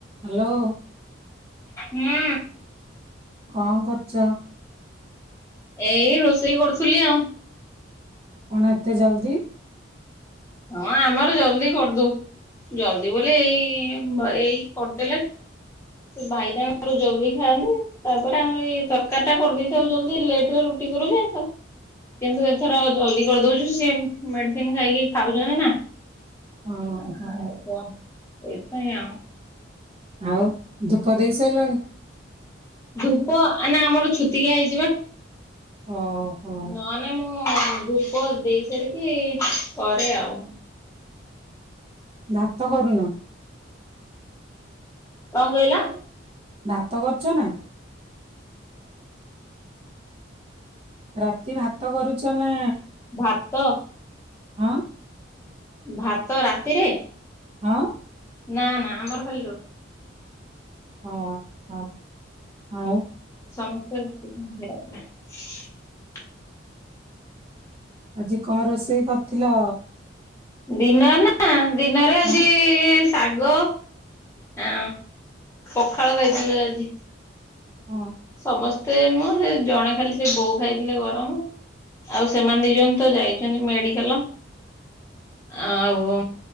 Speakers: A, on the right; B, on the left.
A: ହ୍ୟାଲୋ।
B: ହୁଁ।
A: କଣ କରୁଛ?
B: ଏଇ ରୋଷେଇ କରୁଥିଲି ଆଉ।
A: କଣ ଏତେ ଜଲଦି।
B: ହଁ ଆମର ଜଲଦି କରିଦଉ। ଜଲଦି ବୋଲି ଏଇ ଏଇ କରିଦେଲେ ସେ ଭାଇ ତାଙ୍କର ଜଲଦି ଖାଆନ୍ତି। ତାପରେ ଆମେ ଏଇ ତରକାରୀ ଟା କରିଦେଇଥାଉ ଜଲଦି ଲେଟରେ ରୁଟି କରୁ ତ କିନ୍ତୁ ଏଥର ଜଲଦି କରିଦଉଛୁ ସେ ମେଡିସିନ ଖାଇକି ଖାଉଛନ୍ତି ନା।
A: ଓହୋ
B: <unintelligible> ଆଉ କଣ ସେଇ ସେଇୟା
A: ଆଉ ଧୂପ ଦେଇ ସାରିଲଣି?
B: ଧୂପ ନା ଆମର ଛୁତିିକିଆ ହେଇଛି ପା।
A: ଓହୋ
B: ନହେଲେ ମୁଁ ଧୂପ ଦେଇ ସାରିକି କରେ ଆଉ।
A: ଭାତ କରୁନ।
B: କଣ କହିଲ?
A: ଭାତ କରୁଛ ନା। ରାତି ଭାତ କରୁଛ ନା।
B: ଭାତ
A: ହଁ।
B: ଭାତ ରାତିରେ
A: ହଁ।
B: ନା ନା ଆମର ଖାଲି ରୁଟ୍
A: ହଁ ହଁ ହଉ
B: ସମସ୍ତ ରୋଷେଇ <unintelligible>
A: ଆଜି କଣ ରୋଷେଇ କରିଥିଲ?
B: ଦିନ ନା ଦିନରେ ଆଜି
A: ହଁ
B: ଶାଗ ଆ ପଖାଳ ଖାଇଥିଲୁ ଆଜି
A: ହଁ
B: ସମସ୍ତ ମତେ ନୁହଁ ସେ ଜଣେ ଖାଲି ସେ ବୋଉ ଖାଇଥିଲେ ଗରମ ଆଉ ସେମାନେ ଦି ଜଣ ତ ଯାଇଛନ୍ତି ମେଡିକାଲ ଆଉ